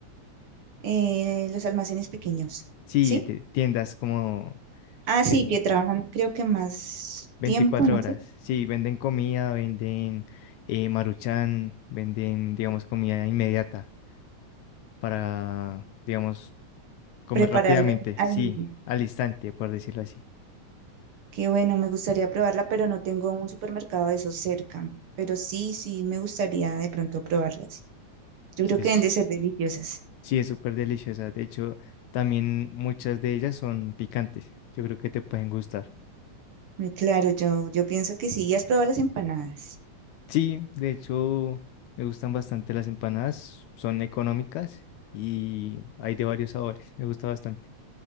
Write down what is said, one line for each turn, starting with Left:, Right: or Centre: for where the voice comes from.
Right: Eh, los almacenes pequeños,
Left: Sí,
Right: ¿sí?
Left: de tiendas como
Right: Ah, sí,
Left: es-
Right: que trabajan creo que más
Left: 24
Right: tiempo, no
Left: horas.
Right: sé,
Left: Sí, venden comida, venden eh, maruchan, venden, digamos, comida inmediata para, digamos, Comer
Right: prepararla
Left: rápidamente,
Right: en- ahí
Left: sí,
Right: mismo.
Left: al instante, por decirlo así.
Right: Qué bueno, me gustaría probarla, pero no tengo un supermercado de esos cerca. Pero sí, sí, me gustaría de pronto probarlas. Yo
Left: Sí,
Right: creo
Left: es,
Right: que deben de ser deliciosas.
Left: sí, es súper deliciosa. De hecho, también muchas de ellas son picantes. Yo creo que te pueden gustar.
Right: Muy claro, yo, yo pienso que sí. Ya has probado las empanadas.
Left: Sí, de hecho, me gustan bastante las empanadas. Son económicas y hay de varios sabores. Me gusta bastante.